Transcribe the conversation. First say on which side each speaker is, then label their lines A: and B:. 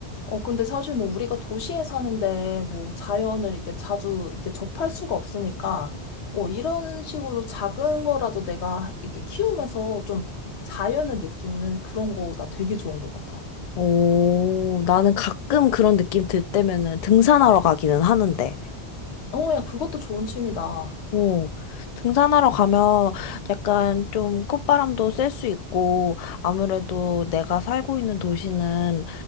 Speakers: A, on the left; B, on the left.
A: 어, 근데 사실 뭐 우리가 도시에 사는데 뭐 자연을 이렇게 자주 이렇게 접할 수가 없으니까, 어, 이런 식으로 작은 거라도 내가 이렇게 키우면서 좀 자연을 느끼는 그런 거 나 되게 좋은 것 같아.
B: 오, 나는 가끔 그런 느낌 들 때면은 등산하러 가기는 하는데.
A: 어, 야, 그것도 좋은 취미다.
B: 오, 등산하러 가면 약간 좀 콧바람도 쐴 수 있고, 아무래도 내가 살고 있는 도시는